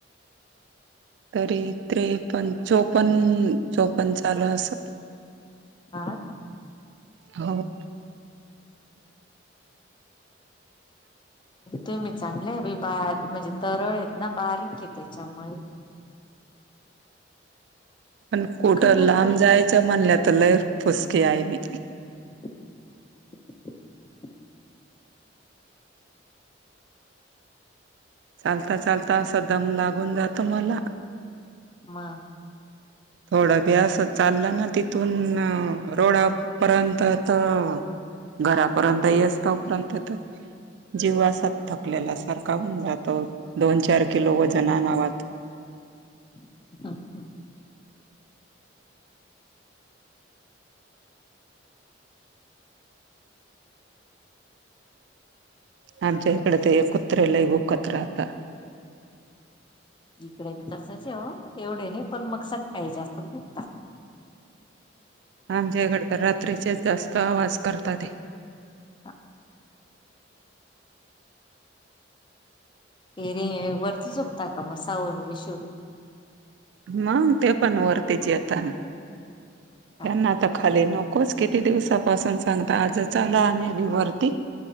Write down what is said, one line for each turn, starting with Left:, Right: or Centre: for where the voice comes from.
Right: तरी त्रेपन चोपन चोपन चालू असलं.
Left: हा का
Right: हो.
Left: तुम्ही चांगल्या ये बाई बा म्हणजे तरून येत ना बारीकये त्याच्यामुळे
Right: पण कुठं
Left: कडक
Right: लांब
Left: आहे
Right: जायच म्हणल्या तर लय फुसकी हाय मी.
Left: हा
Right: चालता चालता असा दम लागून जातो मला.
Left: मग
Right: थोडं बेस चाललं ना तिथून रोडापर्यंत तर घरापर्यंत येस तोपर्यंत तर जीव असा थकलेला सारखा होऊन जातो दोन चार
Left: मग
Right: किलो वजन आनावा
Left: <unintelligible>
Right: आमच्या इकड ते एक कुत्र लय भूकत राहता.
Left: इकड बी तसंच ये ओ एवढे नाई पण मग सकाळी जास्त भुकतात.
Right: आमच्याकड तर रात्रीचेच जास्त आवाज करता ते.
Left: हा एरवी वरती झोपतो आता म सावू नं विशु
Right: मंग ते पण वरती यताना
Left: का
Right: त्यांना त खाली नकोच किती दिवसापासून सांगता आज च आलो आम्ही बी पण वरती.